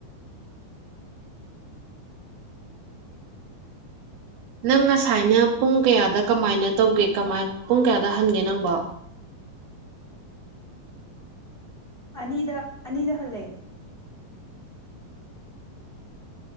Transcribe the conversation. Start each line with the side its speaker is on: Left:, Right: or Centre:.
Right: ꯅꯪ ꯉꯁꯥꯏꯅ ꯄꯨꯡ ꯀꯌꯥꯗ ꯀꯃꯥꯏꯅ ꯇꯧꯒꯦ ꯀꯃꯥꯏ ꯄꯨꯡ ꯀꯌꯥꯗ ꯍꯟꯒꯦ ꯅꯪꯕꯣ
Left: ꯑꯅꯤꯗ ꯑꯅꯤꯗ ꯍꯜꯂꯦ